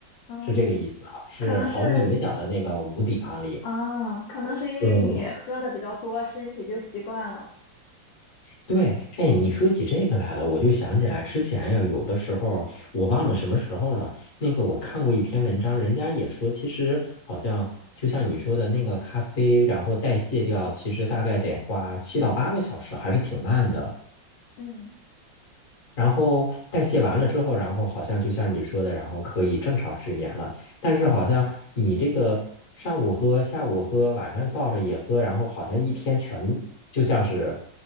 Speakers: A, on the left (about 75°); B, on the left (about 45°).
A: 嗯，
B: 是这个意思啊，是毫无影响的那个无抵抗力。
A: 可能是，嗯，可能是因为你喝的比较多，
B: 嗯
A: 身体就习惯了。
B: 对，哎，你说起这个来了，我就想起来之前呀，有的时候我忘了什么时候了。那个我看过一篇文章，人家也说，其实好像就像你说的那个咖啡，然后代谢掉，其实大概得花七到八个小时，还是挺慢的。
A: 嗯，
B: 然后代谢完了之后，然后好像就像你说的，然后可以正常睡眠了。但是好像你这个上午喝、下午喝、晚上抱着也喝，然后好像一天全就像是